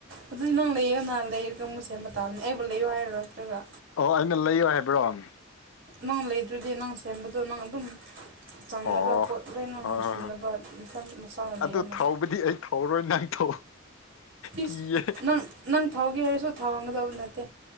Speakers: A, on the right; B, on the left.
A: ꯑꯗꯨꯗꯤ ꯅꯪ ꯂꯩꯌꯣ ꯅꯍꯥꯟ ꯂꯩꯔꯒ ꯃꯨ ꯁꯦꯝꯕ ꯇꯥꯕꯅꯦ ꯑꯩꯕꯨ ꯂꯩꯌꯣ ꯍꯥꯏꯔꯣ ꯅꯠꯇ꯭ꯔꯒ
B: ꯑꯣ ꯑꯩꯅ ꯂꯩꯌꯣ ꯍꯥꯏꯕ꯭ꯔꯣ ꯑꯣ
A: ꯅꯪ ꯂꯩꯗ꯭ꯔꯗꯤ ꯅꯪ ꯁꯦꯝꯕꯗꯣ ꯅꯪ ꯑꯗꯨꯝ ꯆꯪꯅꯕ
B: ꯍꯣꯏ
A: ꯄꯣꯠ ꯂꯩꯅ
B: ꯍꯣꯏ
A: ꯁꯨꯅꯕ
B: ꯍꯣꯏ
A: ꯃꯁꯥꯅ ꯂꯩꯌꯅ
B: ꯑꯗꯨ ꯊꯧꯕꯗꯤ ꯑꯩ ꯊꯧꯔꯣꯏ ꯅꯪ ꯊꯧ
A: ꯏꯁ
B: ꯀꯤꯌꯦ
A: ꯅꯪ ꯅꯪ ꯊꯥꯎꯒꯦ ꯍꯥꯏꯔꯁꯨ ꯊꯥꯎꯍꯟꯒꯗꯕ ꯅꯠꯇꯦ